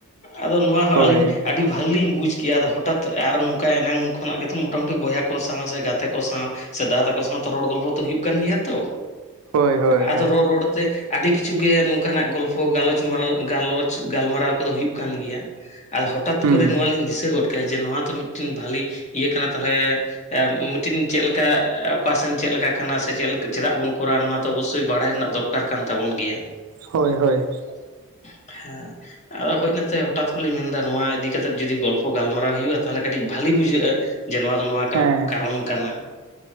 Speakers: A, on the left; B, on the right.
A: ᱟᱫᱚ ᱱᱚᱣᱟ ᱦᱚᱸ
B: ᱦᱳᱭ
A: ᱟᱹᱞᱤᱧ ᱟᱹᱰᱤ ᱵᱷᱟᱞᱤᱧ ᱵᱩᱡᱽ ᱠᱤᱭᱟ ᱫᱚ ᱦᱚᱴᱟᱛ ᱟᱨᱚ ᱱᱚᱝᱠᱟ ᱮᱱᱟᱝ ᱠᱷᱚᱱᱟᱜ ᱜᱮᱛᱚ ᱢᱚᱴᱟᱢᱩᱴᱤ ᱵᱚᱭᱦᱟ ᱠᱚ ᱥᱟᱶ, ᱥᱮ ᱜᱟᱛᱮ ᱠᱚ ᱥᱟᱶ, ᱥᱮ ᱫᱟᱫᱟ ᱛᱟᱠᱚ ᱥᱟᱶ ᱛᱚ ᱨᱚᱲ ᱜᱚᱞᱯᱚ ᱛᱚ ᱦᱩᱭᱩᱜ ᱠᱟᱱ ᱜᱮᱭᱟ ᱛᱚ,
B: ᱦᱳᱭ ᱦᱳᱭ
A: ᱮᱸ
B: ᱦᱳᱭ
A: ᱨᱚᱲ ᱨᱚᱲᱛᱮ ᱟᱹᱰᱤ ᱠᱤᱪᱷᱩ ᱜᱮ ᱱᱚᱝᱠᱟᱱᱟᱜ ᱜᱚᱞᱯᱚ ᱜᱟᱞᱚᱪ ᱢᱟᱞ ᱜᱟᱞᱚᱪ ᱜᱟᱞᱢᱟᱨᱟᱣ ᱠᱚᱫᱚ ᱦᱩᱭᱩᱜ, ᱠᱟᱱᱟ ᱠᱟᱱ ᱜᱮᱭᱟ, ᱟᱨ ᱦᱚᱴᱟᱛ
B: ᱦᱩᱸ
A: ᱠᱚᱨᱮ ᱱᱚᱣᱟ ᱞᱤᱧ ᱫᱤᱥᱟᱹ ᱜᱚᱫ ᱠᱮᱭᱟ ᱡᱮ ᱱᱚᱣᱟ ᱫᱚ ᱢᱤᱫᱴᱮᱱ ᱵᱷᱟᱞᱤ ᱤᱭᱟᱹ ᱠᱟᱱᱟ ᱛᱟᱞᱦᱮ, ᱮᱸ ᱢᱤᱫᱴᱤᱱ ᱪᱮᱞᱠᱟ ᱚᱠᱟ ᱥᱮᱱ ᱪᱮᱜ ᱞᱮᱠᱟ ᱠᱟᱱᱟ ᱥᱮ ᱪᱮᱞ ᱪᱮᱫᱟᱜ ᱵᱚᱱ ᱠᱚᱨᱟᱣ ᱱᱚᱣᱟ ᱫᱚ ᱚᱵᱚᱥᱥᱳᱭ ᱵᱟᱲᱟᱭ ᱨᱮᱱᱟᱜ ᱫᱚᱨ, ᱠᱟᱨ ᱠᱟᱱ ᱛᱟᱵᱚᱱ ᱜᱮᱭᱟ ᱾
B: ᱦᱳᱭ ᱦᱳᱭ,
A: <unintelligible> ᱦᱮᱸ ᱟᱫᱚ ᱦᱳᱡᱱᱟ ᱾ ᱥᱮ ᱦᱚᱴᱟᱛ ᱠᱚᱞᱤᱧ ᱢᱮᱱ ᱫᱟ ᱱᱚᱣᱟ ᱤᱫᱤ ᱠᱟᱛᱮᱫ ᱡᱩᱫᱤ ᱜᱚᱞᱯᱚ ᱜᱟᱞᱢᱟᱨᱟᱣ ᱦᱩᱭᱩᱜᱼᱟ ᱛᱟᱞᱦᱮ ᱠᱟᱹᱴᱤᱡ ᱵᱷᱟᱞᱤ ᱵᱩᱡᱷᱟᱹᱜᱼᱟ ᱾ ᱡᱮ ᱱᱚᱣᱟ ᱫᱚ ᱱᱚᱣᱟ ᱠᱟᱣ
B: ᱦᱮᱸ
A: ᱠᱟᱨᱚᱱ ᱠᱟᱱᱟ ᱾